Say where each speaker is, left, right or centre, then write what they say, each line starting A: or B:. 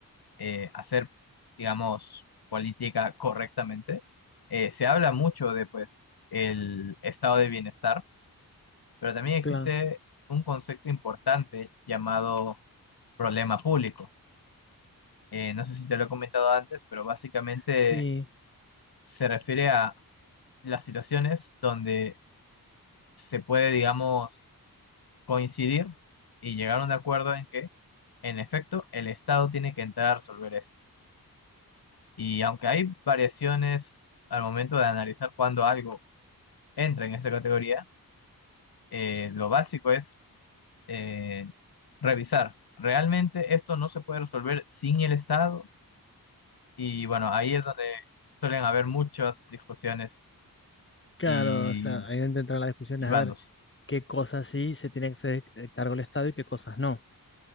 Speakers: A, on the left; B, on the left.
A: eh, hacer, digamos, política correctamente. Eh, se habla mucho de, pues, el estado de bienestar, pero también existe
B: claro.
A: un concepto importante llamado problema público. Eh, no sé si te lo he comentado antes, pero básicamente
B: Sí,
A: se refiere a las situaciones donde se puede, digamos, coincidir y llegar a un acuerdo en que, en efecto, el Estado tiene que entrar a resolver esto. Y aunque hay variaciones al momento de analizar cuándo algo entra en esta categoría, eh, lo básico es eh, revisar. Realmente esto no se puede resolver sin el Estado y bueno, ahí es donde suelen haber muchas discusiones
B: claro.
A: y,
B: O sea, ahí dentro de las discusiones,
A: y
B: a
A: bandos.
B: ver qué cosas sí se tiene que hacer eh, cargo el Estado y qué cosas no.